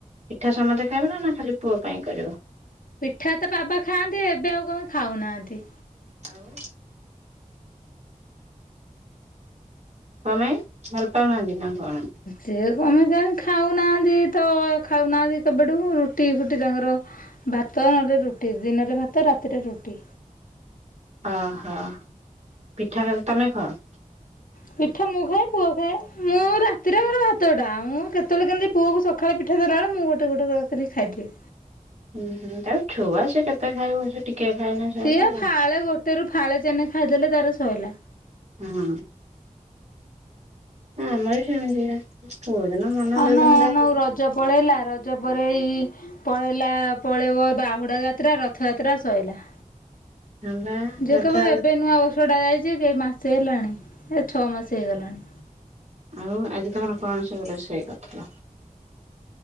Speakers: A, on the right; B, on the left.
A: ପିଠା ସମସ୍ତେ ଖାଇବ ନା ନା ଖାଲି ପୁଅ ପାଇଁ କରିବ?
B: ପିଠା ତ ବାବା ଖାଆନ୍ତି ଏବେ ଆଉ କଣ ଖାଉନାହାଁନ୍ତି।
A: ଆଉ କଣ ପାଇଁ ଭଲ ପାଉନାହାନ୍ତି ନା କଣ?
B: ସିଏ କଣ ପାଇଁ କେଜାଣି ଖାଉନାହାନ୍ତି ତ ଖାଉନାହାନ୍ତି କେବେଠୁ ରୁଟି ଫୁଟି ତାଙ୍କର ଭାତ ନହେଲେ ରୁଟି ଦିନରେ ଭାତ ରାତିରେ ରୁଟି।
A: ଓହୋ ପିଠା ଖାଲି ତମେ ଖାଓ?
B: ପିଠା ମୁଁ ଖାଏ ପୁଅ ଖାଏ ମୁଁ ରାତିରେ ମୋର ଭାତ ଟା ମୁଁ କେତେବେଳେ କେମିତି ପୁଅ କୁ ସକ୍ ଖାଳେ ପିଠା ଦେଲାବେଳେ ମୁଁ ଗୋଟେ ଗୋଟ କରିକ ଖାଇଦିଏ।
A: ହୁଁ ହୁ ତାଉ ଛୁଆ ସି କେତେ ଖାଇବ ସେ ଟିକେ ଖାଇନେ ସଇଲା
B: ସିଏ
A: ଆଉ।
B: ଫାଳେ ଗୋଟେ ରୁ ଫାଳେ ଚେନେ ଖାଇଦେଲେ ତାର ଶୋଇଲା।
A: ହୁଁ, ଆମର ସେମିତି ନୁହେ କୋଉ ଦିନ ମନ ଯୋଉ
B: ଅନଉ
A: ଦିନ
B: ଅନଉ
A: ଯାହା
B: ରଜ ପଳେଇଲା, ର ଜପରେ ଏଇ ପଳେଇଲା ପଳେଇବ ବାହୁଡ଼ା ଯାତ୍ରା ରଥଯାତ୍ରା ସୋଇଲା।
A: ହଁ ବା
B: ଯିଏ
A: ଯଥା
B: କହିବ ଏବେ ନୂଆ ବ ର୍ଷ ଟା ଯାଇଛି ଯେ ମାସେ ହେଲାଣି ଏ ଛଅ ମାସେ ହେଇଗଲାଣି।
A: ଆଉ ଆଜି ତମର କଣ ସବୁ ରୋଷେଇ କରିଥିଲ?